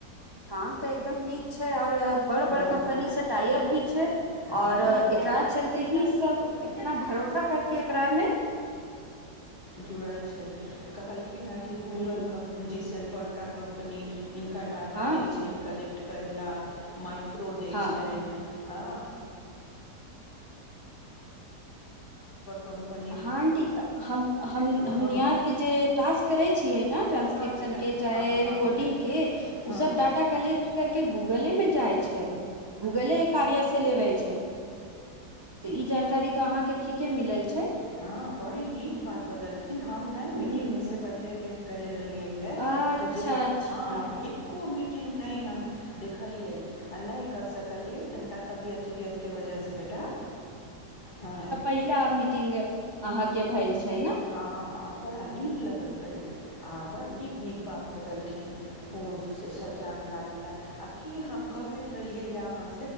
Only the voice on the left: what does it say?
हँ
हँ
जुड़ल छै कहलखिनँ गूल
एनबर्ड का कम्पनी इननक ड डाटा
दै छनि कलेक्ट करय लए माइक्रो दै
छनि ह क
हँ
हँ बेटा
हँ
हँ बेटा
हँ
हँ बड़ी नीक बात बतेलखिन हम नहि
मीटिङंगगमेसँ पहिले अटेंड कले रहलिय है
तो जे आ
हँ ए मीटिंग नहि हम देखलियै आ नहि कर सकलियै त के वजहसँ बेटा ह
हँ हँ बड़ा नीक लगलकै आ बड़ नीक नीक बा बेटलखिन ओ सब जानकारी लए आ की हम कहैत रहलियै ह अहा